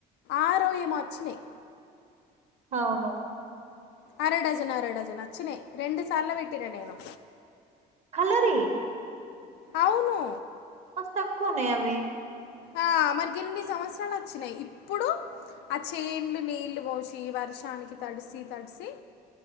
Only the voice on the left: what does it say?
ఆరొం ఎమో వచ్చినై
అర డజన్ అర డజన్ వచ్చినయి రెండు సార్లు పెట్టిన నేను
అవును
ఆ మరిగిన్ని సంవత్సరాలు వచ్చినాయి ఇప్పుడు ఆ చేన్లు నీళ్ళు పోషి వర్షానికి తడిసి తడిసి